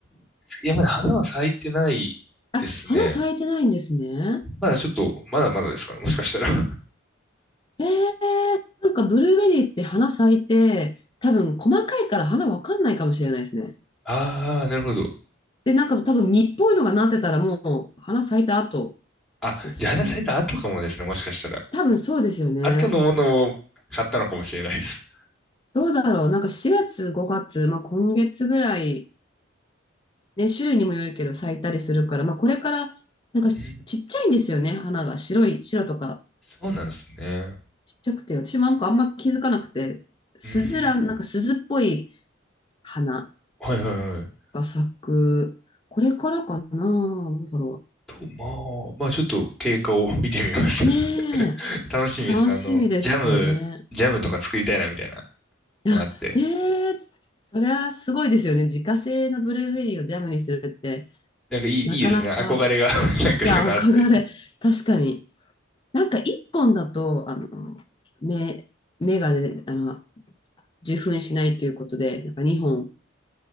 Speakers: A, in the centre; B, on the left.
A: いや、まだ花は咲いてないですね。
B: あ、花咲いてないんですね。
A: まだちょっと、まだまだですかね、もしかしたら。<laughs>
B: えー、なんかブルーベリーって花咲いて、多分細かいから花わかんないかもしれないですね。
A: ああ、なるほど。
B: で、なんか多分実っぽいのがなってたらもう花咲いた後
A: あ、
B: ですよね。
A: じゃあ花咲いた後かもですね、もしかしたら。
B: 多分そうですよね。
A: 後のものを買ったのかもしれないです。
B: どうだろう。なんか4月、5月、まあ、今月ぐらい、ね、種類にもよるけど咲いたりするから、まあ、これからなんかしちっちゃいんですよね、
A: うん、
B: 花が。白い、白とか
A: そうなんですね。
B: ちっちゃくて、私もなんかあんま気づかなくて、スズラン、
A: うん、
B: なんか鈴っぽい花
A: はいはいはい。
B: が咲く、これからかな、どうだろ
A: と、まあ、まあちょっと経過を見てみます。
B: う。
A: <laughs>
B: ねえ、
A: 楽しみですね。
B: 楽しみですよね。
A: あの、ジャム、ジャムとか作りたいなみたいなのがあって。
B: あ、ねえ、それはすごいですよね。自家製のブルーベリーをジャムにするって、
A: なんかいい、いいですね。
B: なかなか、
A: 憧れが <laughs> なんかそういうのあって。
B: いや、憧れ、確かに。なんか一本だと、あの、目、目がね、あの、受粉しないということで、なんか2本